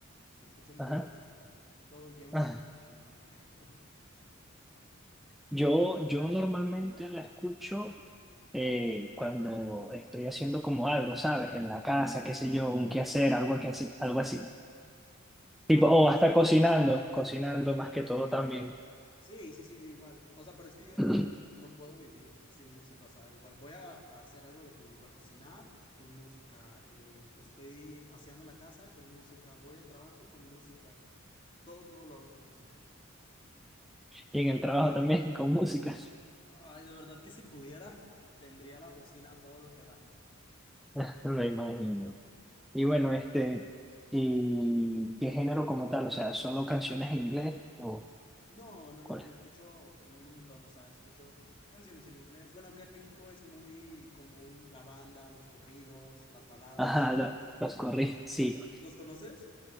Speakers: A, on the left; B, in the centre.
A: O sea, escucho un
B: Ajá.
A: buen de música. Todo el día me
B: <laughs>
A: la paso escuchando música. <laughs>
B: Yo, yo normalmente la escucho eh, cuando estoy haciendo como algo, ¿sabes? En la casa, qué sé yo, un quehacer, algo que así, algo así.
A: Ah,
B: Tipo,
A: ok.
B: o hasta
A: sí.
B: cocinando, cocinando más que todo también.
A: Sí, sí, sí, yo igual. O sea, pero es que yo de
B: <clears throat>
A: verdad no puedo vivir sin música. O sea, igual voy a, a hacer algo de que igual cocinar con música. eh, estoy haciendo la casa con música. Voy al trabajo con música. Todo, todo lo hago con música.
B: Y en el trabajo también con música.
A: Ay, de verdad que si pudiera, tendría la bocina a todo lo que da.
B: <laughs> Me imagino. Y bueno, este, ¿y qué género como tal? O sea, ¿solo canciones en inglés o
A: No, no,
B: cuál?
A: no, yo
B: <laughs>
A: escucho un montón, o sea, escucho canciones en inglés. Bueno, acá en México es muy común la banda, los corridos, las baladas.
B: Ajá, lo- los corrí, sí.
A: ¿Los conoces?